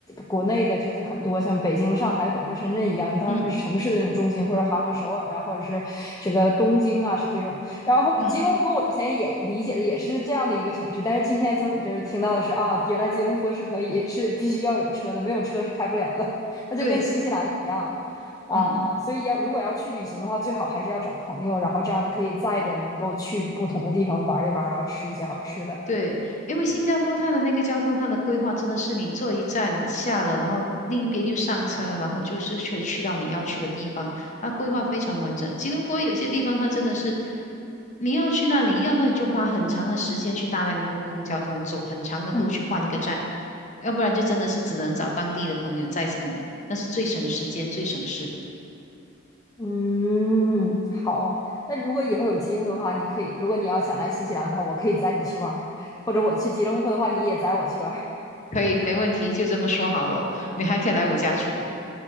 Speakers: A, on the left (about 15°); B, on the left (about 35°).
A: 国内的这些很多像北京、上海、广州、深圳一样，就它是城市的那种中心，
B: 嗯
A: 或者韩国首尔啊，或者是这个东京啊，是这种。然后吉隆坡我之前也理解的也是这样的一个城市，
B: 嗯，
A: 但是今天从你这儿听到的是啊，原来吉隆坡是可以是必须要有车的，没有车是开不了的，那就跟新西兰一样。
B: 对。
A: 啊，
B: 嗯。
A: 所以要如果要去旅行的话，最好还是要找朋友，然后这样呢可以载着能够去不同的地方玩一玩，然后吃一些好吃的。
B: 对，因为新加坡它的那个交通，它的规划真的是你坐一站下了，然后另一边又上车，然后就是可以去到你要去的地方。它规划非常完整。吉隆坡有些地方它真的是你要去那里，要么你就花很长的时间去搭那个公共交通，走很长的路去换一个站，
A: 嗯哼，
B: 要不然就真的是只能找当地的朋友再送你，那是最省时间、最省事的。
A: 嗯，好。那如果以后有机会的话，你可以，如果你要想来新西兰的话，我可以载你去玩儿，或者我去吉隆坡的话，你也载我去玩儿，
B: 可以，没问题，就这么说好了。你还可以来我家住。